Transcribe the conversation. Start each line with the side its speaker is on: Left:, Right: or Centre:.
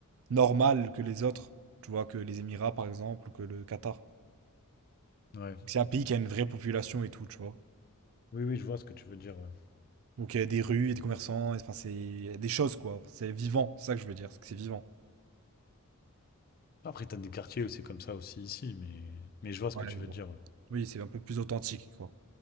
Right: normal que les autres. Tu vois, que les Émirats, par exemple, ou que le Qatar.
Left: Ouais.
Right: C'est un pays qui a une vraie population et tout, tu vois.
Left: Oui, oui, je vois ce que tu veux dire, ouais.
Right: Donc il y a des rues, il y a des commerçants, et- enfin c'est il y a des choses, quoi. C'est vivant, c'est ça que je veux dire, c'est que c'est vivant.
Left: Après, t'as des quartiers où c'est comme ça aussi ici, mais... mais je vois ce
Right: Ouais,
Left: que tu
Right: mais bon.
Left: veux dire, ouais.
Right: Oui, c'est un peu plus authentique, quoi.